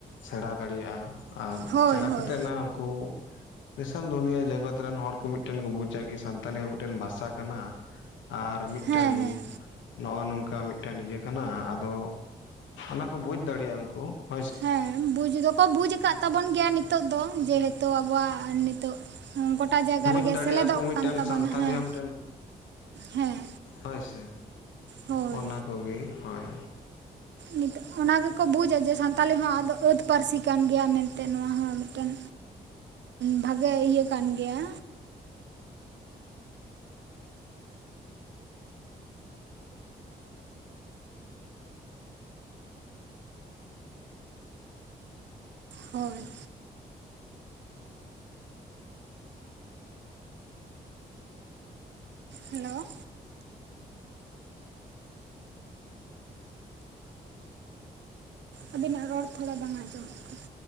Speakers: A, on the left; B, on the right.
A: ᱥᱮᱬᱟ ᱫᱟᱲᱮᱭᱟᱜᱼᱟ ᱟᱨ
B: ᱦᱳᱭ
A: ᱥᱮᱬᱟ
B: ᱦᱳᱭ
A: ᱠᱟᱛᱮᱫ ᱱᱟᱦᱱᱟᱜ ᱩᱱᱠᱩ ᱫᱤᱥᱚᱢ ᱫᱩᱱᱤᱭᱟᱹ ᱡᱮᱜᱚᱛ ᱨᱮᱱ ᱦᱚᱲ ᱠᱚ ᱢᱤᱫᱴᱮᱱ ᱠᱚ ᱵᱩᱡᱟ ᱠᱤ ᱥᱟᱱᱛᱟᱞᱤ ᱦᱸ ᱢᱤᱫᱴᱮᱱ ᱵᱷᱟᱥᱟ ᱠᱟᱱᱟ ᱟᱨ ᱢᱤᱫᱴᱮᱱ
B: ᱦᱮᱸ ᱦᱮᱸ
A: ᱱᱚᱜ ᱚᱭ ᱱᱚᱝᱠᱟ ᱢᱤᱫᱴᱮᱱ ᱤᱭᱟᱹ ᱠᱟᱱᱟ ᱟᱫᱚ ᱚᱱᱟ ᱠᱚ ᱵᱩᱡ ᱫᱟᱲᱮᱭᱟᱜᱼᱟ ᱩᱱᱠᱩ ᱦᱳ
B: ᱦᱮᱸ ᱵᱩᱡᱽ ᱫᱚᱠᱚ ᱵᱩᱡ ᱟᱠᱟᱫ ᱛᱟᱵᱚᱱ ᱜᱮᱭᱟ ᱱᱤᱛᱚᱜ ᱫᱚ ᱡᱮᱦᱮᱛᱩ ᱟᱵᱚᱣᱟᱜ ᱱᱤᱛᱚᱜ ᱜᱚᱴᱟ ᱡᱟᱭᱜᱟ
A: ᱵᱩᱡᱽ
B: ᱨᱮᱜᱮ
A: ᱫᱟᱲᱮᱭᱟᱜᱼᱟ
B: ᱥᱮᱞᱮᱫᱚᱜ
A: ᱠᱚ ᱢᱤᱫᱴᱮᱱ
B: ᱠᱟᱱ ᱛᱟᱵᱚᱱᱟ
A: ᱥᱟᱱᱛᱟᱞᱤ
B: ᱦᱮᱸ
A: ᱦᱚᱸ ᱢᱤᱫᱴᱮᱱ
B: ᱦᱮᱸ
A: ᱦᱳᱭ ᱥᱮ
B: ᱦᱳᱭ
A: ᱚᱱᱟ ᱠᱚᱜᱮ ᱦᱳᱭ
B: ᱱᱤᱛ ᱚᱱᱟ ᱜᱮᱠᱚ ᱵᱩᱡᱟ ᱡᱮ ᱥᱟᱱᱛᱟᱞᱤ ᱦᱚᱸ ᱟᱫᱚ ᱟᱹᱛ ᱯᱟᱹᱨᱥᱤ ᱠᱟᱱ ᱜᱮᱭᱟ ᱢᱮᱱᱛᱮ ᱱᱚᱣᱟ ᱦᱚᱸ ᱢᱤᱫᱴᱮᱱ ᱵᱷᱟᱜᱮ ᱤᱭᱟᱹ ᱠᱟᱱ ᱜᱮᱭᱟ ᱦᱳᱭ ᱦᱮᱞᱳ ᱟᱵᱤᱱᱟᱜ ᱨᱚᱲ ᱛᱷᱚᱲᱟ ᱵᱟᱝ ᱟᱸᱡᱚᱢᱚᱜ ᱠᱟᱱᱟ